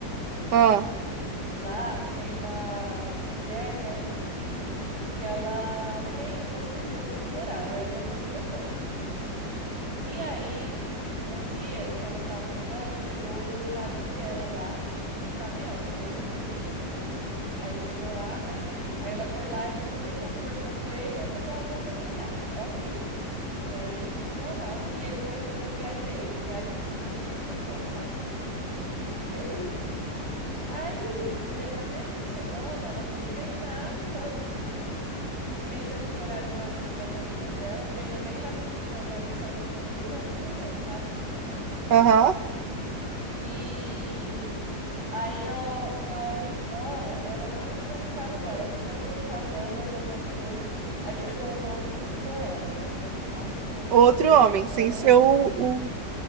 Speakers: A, on the right (about 80°); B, on the right (about 65°).
A: Ah,
B: Lá tem uma mulher, né, aqui, que ela treina todos os dias no mesmo horário, ela e as amigas dela. E aí, um dia que elas estavam treinando, chegou o marido dela lá de caminhão, porque ele é caminhoneiro. Aí ele chegou lá, né? Aí ela foi lá e ficou um tempão conversando com ele, depois ela voltou a treinar. Ok. Até aí tudo normal. E ele foi fazer as viagens dele. Ele viaja fica uns 20 dias fora, sabe? Beleza. Aí, de- na mesma semana, ela foi treinar sozinha, sem ser nos horários da ami- das amigas dela. Treinou bem rapidinho, normalmente ela fica umas duas horas treinando, sabe?
A: aham.
B: E aí, na, ho- na hora de ir embora, ela não entrou no carro dela, ela só entrou no carro dela, guardou umas coisas. Aí chegou um homem e buscou ela. Ela entrou no carro de um outro
A: Outro
B: homem, deixou
A: homem,
B: o carro dela
A: sem ser
B: lá na
A: o,
B: frente,
A: o-